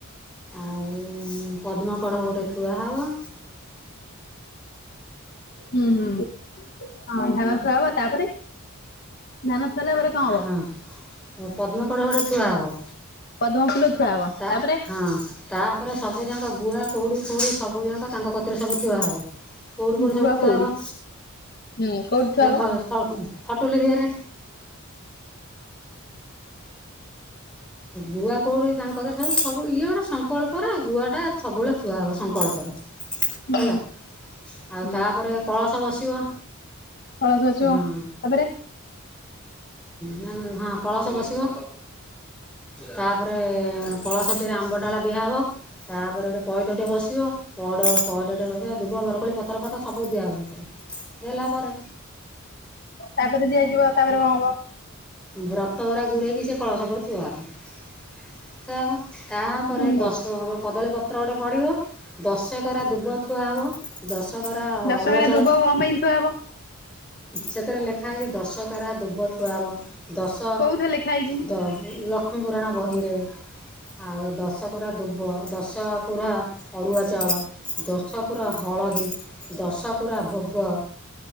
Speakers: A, in the centre; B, on the left.
A: ଆଉ ଉଁ ପଦ୍ମକଡ଼ ଗୋଟେ ଥୁଆ ହବ।
B: ହୁଁ ହୁଁ ହଁ ଧାନ ଥୁଆ ହବ ତାପରେ ଧାନ ଥୁଆହେଲା ପରେ କଣ ହବ
A: ସଫା ପଦ୍ମକଡ଼ ଗୋଟେ ଥୁଆ ହବ।
B: ପଦ୍ମ ଫୁଲ ଥୁଆ ହବ
A: ତା
B: ତାପରେ
A: ହଁ ତାପରେ ସବୁ ଯାଙ୍କ ଗୁଆ କଉଡ଼ି ଫୌଡ଼ି ସବୁ ଯାଙ୍କ ତାଙ୍କ କତିରେ ସବୁ ଥୁଆ ହବ। କୋଉଡିି ଫଉଡ଼ି
B: ଗୁଆ
A: ସବୁ ଥୁଆ
B: କଉଡି
A: ହବ,
B: ହୁଁ କଉଡି
A: ହଁ
B: ଥୁଆ
A: ସେ
B: ହବ
A: ଖଟୁଲି ଧିଅରେ। ଗୁଆ କଉଡ଼ି ତାଙ୍କ କତିରେ ସବୁ ଇଏ ଗୋଟେ ସଂକଳ୍ପରେ ଗୁଆଟା ସବୁବେଳେ ଥୁଆ ହବ ସଂକଳ୍ପରେ।
B: ହୁଁ।
A: ହେଲା ଆଉ ତାପରେ
B: ହୁଁ
A: କଳସ ବସିବ।
B: କଳସ ବସିବ
A: ହଁ
B: ତାପରେ।
A: ନା ନା ହଁ କଳସ ବସିବ ତାପରେ କଳସଦେହରେ ଆମ୍ବ ଡାଳ ଦିଆହବ ତାପରେ ଗୋଟେ ପଇଡ଼ ଟେ ବସିବ। ପଇଡ଼ ପଇଡ ଟେ ବସିବା ଦୁବ ବରକୋଳି ପତର ଫତର ସବୁ ଦିଆ <unintelligible> ଦେଲା ପରେ।
B: ତାପରେ ଦିଆଯିବ, ତାପରେ କଁ ହବ?
A: ବ୍ରତ ଉରା ଗୁରେଇକି ସେ କଳସ ଉପରେ ଥୁଆ ହବ। ଥୁଆ ହବ ତାପରେ
B: ହୁଁ।
A: ଦଶ କଦଳୀପତ୍ର ଗୋଟେ ପଡ଼ିବ ଦଶକେରା ଦୁବ ଥୁଆ ହବ। ଦଶ ଗରା
B: ଦଶଗରା
A: ଅରୁଆ ଚାଉଳ
B: ଦୁବ କଣ ପାଇଁ ଥୁଆ ହବ
A: ସେଥିରେ ଲେଖା ହେଇଛି ଦଶକେରା ଦୁବ ଥୁଆବ। ଦଶ
B: କୋଉଥିରେ ଲେଖା ହେଇଛି
A: ଦ ଲ କ୍ଷ୍ମୀ ପୁରାଣ ବହିରେ, ଆଉ ଦଶ କୁରା ଦୁବ ଦଶ ଦଶ କୁରା ଅରୁଆ ଚାଉଳ ଦଶ କୁର ହଳଦୀ ଦଶ କୁରା ଭ ବ